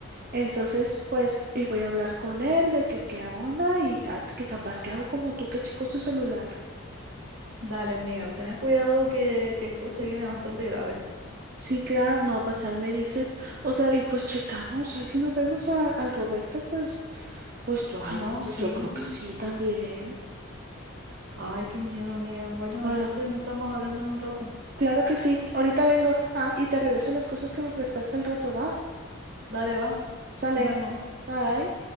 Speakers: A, on the right; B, on the right.
A: Entonces, pues, y voy a hablar con él de que qué onda y ah, que capaz que hago como tú que checo su celular.
B: Dale, amiga, ten cuidado que, que esto se viene bastante grave.
A: Sí, claro, no, pues ahí me dices, o sea, y pues checamos, ahí si nos vemos a- al Roberto, pues, pues, ay, no,
B: No,
A: pues
B: sí.
A: yo creo que sí también.
B: Ay, qué miedo, amiga. Bueno,
A: Bueno,
B: entonces no estamos hablando en un rato.
A: claro que sí, ahorita vengo, ah, y te regreso las cosas que me prestaste al rato, va,
B: Dale, va.
A: sale,
B: Nos vemos.
A: bye.